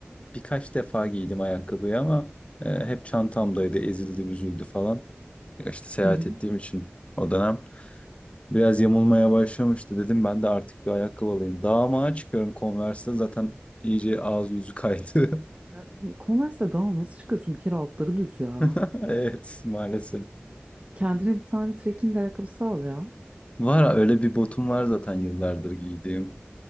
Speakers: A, on the left (about 30°); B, on the right (about 35°).
A: birkaç defa giydim ayakkabıyı ama eee, hep çantamdaydı, ezildi, büzüldü falan. Ya İşte seyahat
B: Hı hı.
A: ettiğim için o dönem biraz yamulmaya başlamıştı. Dedim ben de artık bir ayakkabı alayım. Dağ mağa çıkıyorum Converse'de zaten iyice ağzı yüzü kaydı. <laughs>
B: Yani Converse'de daha nasıl çıkıyorsun? Bir kere altları düz ya.
A: <laughs> Evet maalesef.
B: Kendine bir tane trekking ayakkabısı al ya.
A: Var öyle bir botum var zaten yıllardır giydiğim.